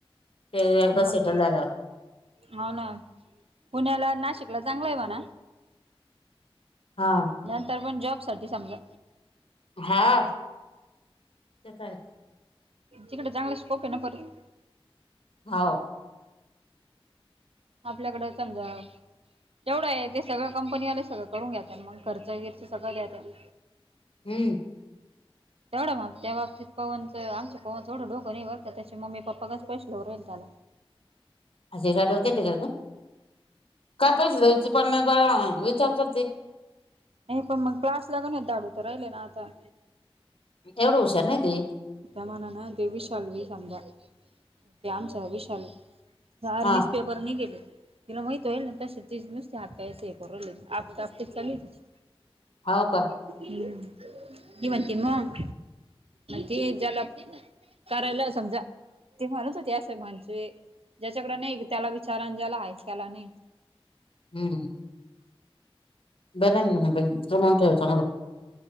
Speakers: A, on the left (about 65°); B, on the right (about 75°).
A: ते एकदा
B: मग
A: सेटल झाल्या वर
B: हाव ना.. पुण्याला नाशिकला चांगले म्हणा.
A: हा
B: नंतर पण, जॉबसाठी समजा
A: हा... ते तर <unintelligible>
B: तिकडे चांगला स्कोप आहे ना परत.
A: हाव
B: आपल्याकडं समजा जेवढं ए... ते सगळं कंपनीवाले, सगळं करून घेत्याल... मग खर्च बिर्च सगळं देत्याल
A: हुं
B: तेवढं मग... त्या बाबतीत, पवनचं... आमच्या पवनचं येवढं डोकं नई बरं का... त्याचे मम्मी पप्पा कसं, पैशे देवू राहले त्याला
A: <unintelligible> का गं? काहायला पैशे द्यायचे, पन्नास वेळा... विचार करते
B: नाई पण मग... क्लासला का नई, धाडू तर राहिले ना आता
A: एवढं हुशार नाई ते
B: त्या मानानं... ते विशाल बी समजा... ते आमचं विशाल आर्मीचं
A: हा
B: पेपर निघेल ए तिला माहित होईल ना... तसे ती नुसतीच हात पाय शिकू राहले, आपटा आपटीच... चालू ए तिची
A: हाऊ का?
B: हम्म. ती म्हणती मग ते ज्याला.... करायला समजा... ती म्हणत होती असे <unintelligible> ज्याच्याकडे नई याला विचारा.. अन ज्याला हाई त्याला नई
A: हम्म बरंए ना म्हणे... <unintelligible> तो म्हणतोय चांगलं ए